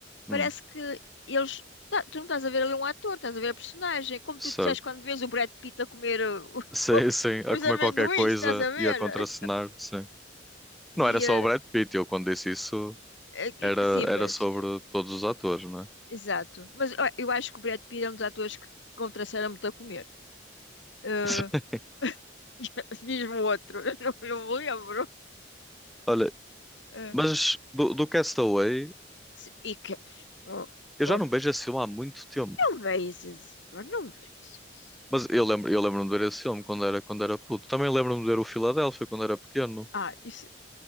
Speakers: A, on the left; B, in the centre.
A: Parece
B: Hum,
A: que eles. tá- tu não estás a ver ali um ator, estás a ver a personagem. Como
B: certo.
A: tu disseste quando vês o Brad Pitt a comer eh,
B: <laughs>
A: <laughs>
B: Sim, sim. A
A: os
B: comer
A: amendoins,
B: qualquer coisa
A: estás a ver?
B: e a contracenar, sim.
A: E,
B: Não era só
A: eh,
B: o Brad Pitt, eu quando disse isso
A: eh, que-
B: era,
A: sim, mas.
B: era sobre
A: eh,
B: todos os atores, não é?
A: exato. Mas ó, eu acho que o Brad Pitt é um dos atores que contracenaram muito a comer. Ah,
B: <laughs>
A: <laughs> diz-me outro, <laughs> eu não, não me lembro.
B: Olha,
A: Ah,
B: mas do, do Castaway,
A: se- e que. oh,
B: eu
A: oh.
B: já não vejo esse filme há muito tempo.
A: Não vejas, Igor, não vejas.
B: Mas eu lembro, eu lembro-me de ver esse filme quando era, quando era puto. Também lembro-me de ver o Filadélfia quando era pequeno.
A: Ah, isso,